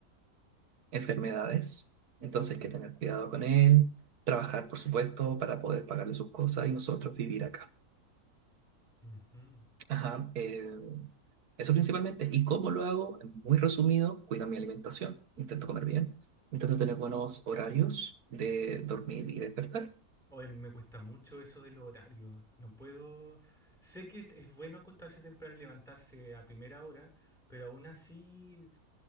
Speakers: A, on the right; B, in the centre.
A: enfermedades, entonces hay que tener cuidado con él, trabajar, por supuesto, para poder pagarle sus cosas y nosotros vivir acá.
B: Ujú.
A: Ajá, eh, eso principalmente. ¿Y cómo lo hago? Muy resumido, cuido mi alimentación, intento comer bien, intento tener buenos horarios de dormir y despertar.
B: Hoy me cuesta mucho eso del horario. No puedo... Sé que es- bueno acostarse temprano y levantarse a primera hora, pero aún así,